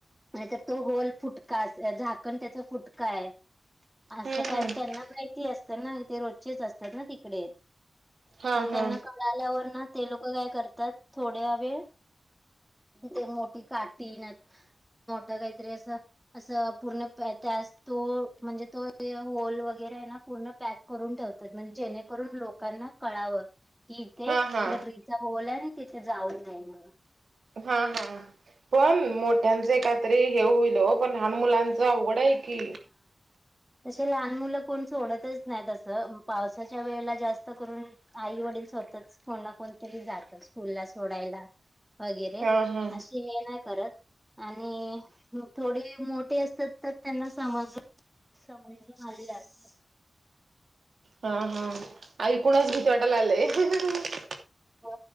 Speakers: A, in the centre; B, on the right.
A: नाहीतर तो होल फुटका झाकण त्याचा फुटका काय असं
B: हम्म हम्म
A: काय त्यांना माहिती असतं ना ते रोजचेच असतात ना तिकडे.
B: हा
A: मग
B: हा
A: त्यांना कळाल्यावर ना ते लोक काय करतात थोड्या वेळ ते मोठी काटी ना मोठ काहीतरी असं असं पूर्ण त्या तो म्हणजे तो होल वगैरे आहे ना पूर्ण पॅक करून ठेवतात. म्हणजे जेणेकरून लोकांना कळाव कि इथे
B: हा हा
A: गटरीचा होल आहे आणि तिथे जाऊ नाही म्हणून.
B: हा हा पण मोठ्यांच काहीतरी हे होईल ओ पण लहान मुलांच अवघड आहे की
A: त लहान मुलं कोण सोडतच नाही तसं पावसाच्या वेळेला जास्त करून आई वडील स्वतःच कोणा कोणतरी जातं स्कूलला सोडायला वगैरे
B: हा हा
A: अशी हे नाही करत आणि थोडी मोठे असतात तर त्यांना समज समजून आलेले असतात.
B: हा हा एकूणच भीती वाटायला लागलीय हह.
A: हो